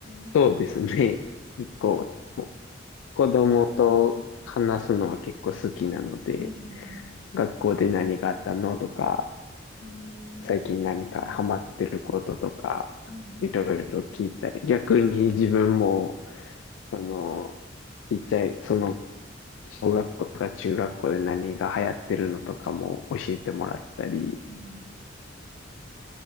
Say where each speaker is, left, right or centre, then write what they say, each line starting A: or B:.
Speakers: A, on the left; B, on the left.
A: ー、
B: そうですね。結構子供と話すのは結構好きなので、
A: うんうん。
B: 学校で何があったのとか、
A: えー、
B: 最近何かハマってることとか、
A: うんうん。
B: いろいろ聞いたり、逆に自分も、その、ちっちゃい、その、小学校とか中学校で何が流行ってるのとかも教えてもらったり、
A: うん。